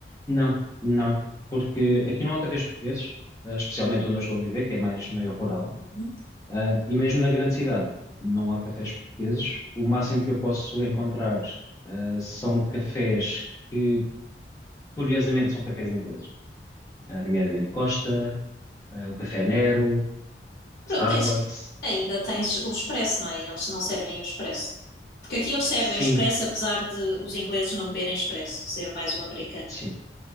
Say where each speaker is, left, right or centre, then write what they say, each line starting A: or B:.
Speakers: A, on the left; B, on the left.
A: Não, não. Porque aqui não há cafés portugueses, eh, especialmente onde eu estou a viver, que é mais meio rural.
B: Uhum.
A: Ah, e mesmo na grande cidade, não há cafés portugueses. O máximo que eu posso encontrar, ah, são cafés que, curiosamente, são cafés ingleses. Ah, nomeadamente Costa, ah, o Café Nero.
B: Pronto,
A: Starbucks,
B: tens, ainda tens o expresso, não é? E Eles não servem o expresso. Porque aqui eles servem
A: sim,
B: o expresso, apesar de os ingleses não beberem expresso, ser mais o americano.
A: sim,